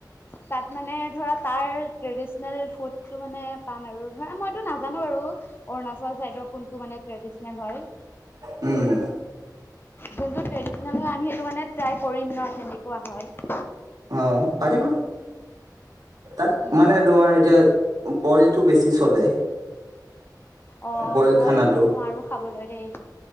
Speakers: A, on the left; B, on the right.
A: তাত মানে ধৰা তাৰ ট্ৰেডিচনেল ফুডটো মানে পাম আৰু, ধৰা মইতো নাজানো বাৰু। অৰুণাচল চাইদৰ কোনটো মানে ট্ৰেডিচনেল হয়।
B: উম।
A: যোনটো ট্ৰেডিচনেল হয় আমি সেইটো মানে ট্ৰাই কৰিম ন কেনেকোৱা হয়।
B: অ', পাৰিবা। তাত
A: উম
B: মানে তোমাৰ এতিয়া বইলটো বেছি চলে।
A: অ',
B: বইল
A: বইলটো
B: খানাটো
A: নোৱাৰোঁ খাবলৈ দেই।